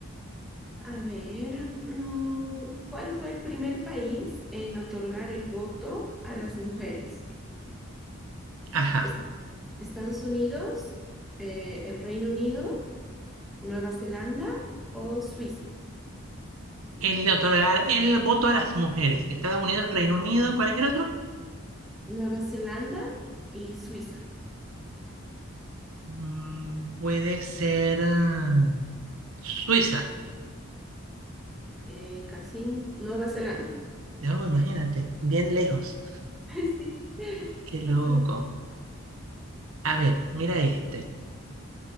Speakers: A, in the centre; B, on the right.
A: A ver, mm, ¿cuál fue el primer país en otorgar el voto a las mujeres?
B: Ajá.
A: Est- ¿Estados Unidos, eh, el Reino Unido, Nueva Zelanda o Suiza?
B: El de otorgar el voto a las mujeres. Estados Unidos, Reino Unido, ¿cuál es el otro?
A: Nueva Zelanda y Suiza.
B: Mm, puede ser ah, Suiza.
A: Eh, casi Nueva Zelanda.
B: Ya, oh, imagínate, bien lejos.
A: <laughs> Sí,
B: Qué loco.
A: bastante.
B: A ver, mira este.